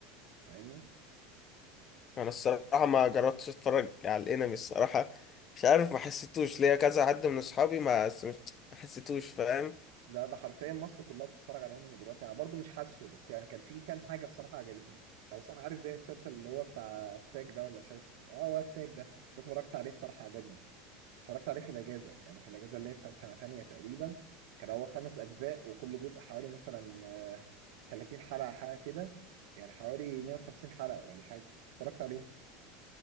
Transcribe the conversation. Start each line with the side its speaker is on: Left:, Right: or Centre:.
Right: فاهمني
Left: أنا الصراحة ما جربتش أتفرج على الأنمي الصراحة مش عارف ما حسيتوش ليا كذا حد من أصحابي ما حس- ما حسيتوش فاهم
Right: لا ده حرفيا مصر كلها بتتفرج على انمي دلوقتي انا برضو مش حاسه بس يعني كان في كام حاجه الصراحه عجبتني او بس انا عارف زي المسلسل اللي هو بتاع التاج ده ولا مش عارف اسمه إيه؟ اه هو التاج ده ده اتفرجت عليه الصراحه عجبني اتفرجت عليه في الاجازه يعني في الاجازه اللي هي بتاعت سنه تانية تقريبا كان هو خمس اجزاء وكل جزء حوالي مثلا آه، 30 حلقه حاجه كده يعني حوالي 150 حلقه ولا حاجه اتفرجت عليه